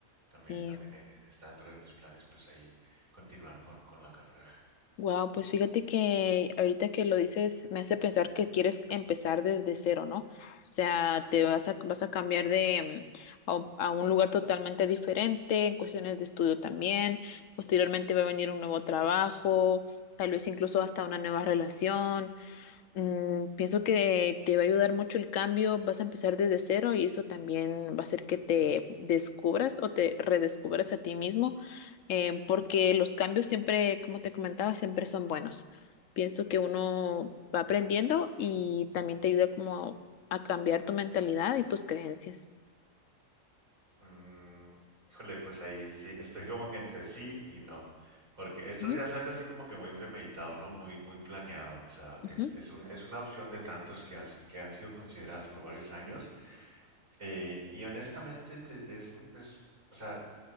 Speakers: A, on the right; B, on the left.
A: También,
B: Sí.
A: también eh, está dentro de mis planes, pues ahí continuar con, con la carrera.
B: Wow, pues fíjate que ahorita que lo dices me hace pensar que quieres empezar desde cero, ¿no? O sea, te vas a, vas a cambiar de mm, a un, a un lugar totalmente diferente, en cuestiones de estudio también. Posteriormente va a venir un nuevo trabajo, tal vez incluso hasta una nueva relación. Mm, pienso que te va a ayudar mucho el cambio, vas a empezar desde cero y eso también va a hacer que te descubras o te redescubras a ti mismo, eh, porque los cambios siempre, como te comentaba, siempre son buenos. Pienso que uno va aprendiendo y también te ayuda como a cambiar tu mentalidad y tus creencias.
A: Mm, híjole, pues ahí sí, estoy como que entre sí y no, porque estos
B: Ujú,
A: días algo así como que muy premeditado, ¿no? Muy, muy planeado, o sea,
B: ujú,
A: es, es un- es una opción de tantos que, has- que han sido consideradas por varios años, eh, y honestamente te- es, es- o sea,